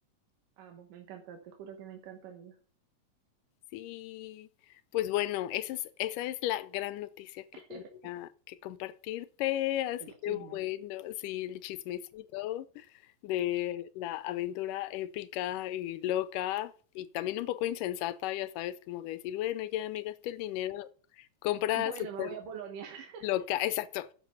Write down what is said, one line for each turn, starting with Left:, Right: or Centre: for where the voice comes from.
Right: amo, me encanta, te juro que me encanta, amiga.
Left: Sí, pues bueno, esa es, esa es la gran noticia que
Right: <laughs>
Left: tenía que compartirte, así
Right: El chisme.
Left: que bueno, sí, el chismecito de la aventura épica y loca y también un poco insensata, ya sabes, como de decir, bueno, ya me gasté el dinero, compra
Right: Bueno,
Left: súper
Right: me voy a Polonia. <laughs>
Left: loca, exacto,